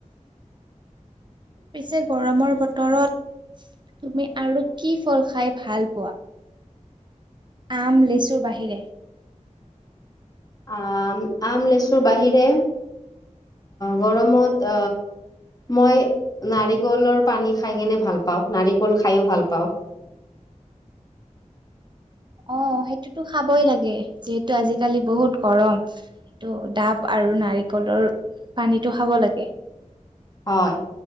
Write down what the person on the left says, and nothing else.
আহ আম, লেচুৰ বাহিৰে গৰমত মই, নাৰিকলৰ পানী খাই কিনে ভাল পাওঁ। নাৰিকল খাইো ভাল পাওঁ।
হয়